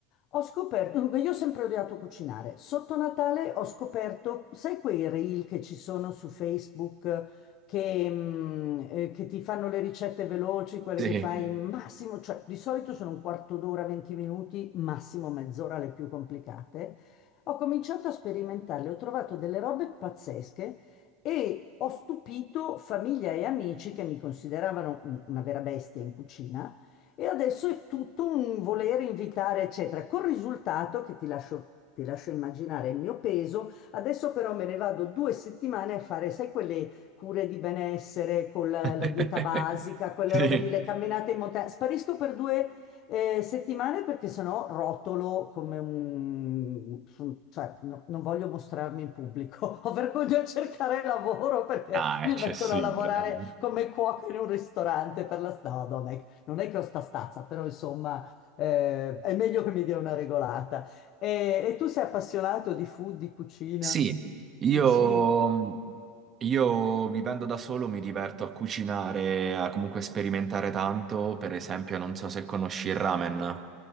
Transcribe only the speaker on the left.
ho scoperto, dunque io ho sempre odiato cucinare, sotto Natale ho scoperto, sai quei reel che ci sono su Facebook? che, mm, eh, che ti fanno le ricette veloci, quelle
che fai in massimo, cioè di solito sono un quarto d'ora, 20 minuti, massimo mezz'ora le più complicate. Ho cominciato a sperimentarle, ho trovato delle robe pazzesche e ho stupito famiglia e amici che mi consideravano un- una vera bestia in cucina. E adesso è tutto un volere invitare, eccetera, col risultato che ti lascio, ti lascio immaginare il mio peso. Adesso però me ne vado due settimane a fare, sai, quelle cure di benessere, con la,
la dieta basica, quelle robe lì, le
camminate in montagna. Sparisco per due eh, settimane perché sennò rotolo come un... son- cioè, no- non voglio mostrarmi in pubblico. <laughs> Ho vergogna a cercare lavoro perché
mi
mettono a lavorare
come cuoca in un ristorante per la strada. non è, non è che ho sta stazza, però insomma... eh, è meglio che mi dia una regolata. E, e tu sei appassionato di food, di cucina?
Cucini?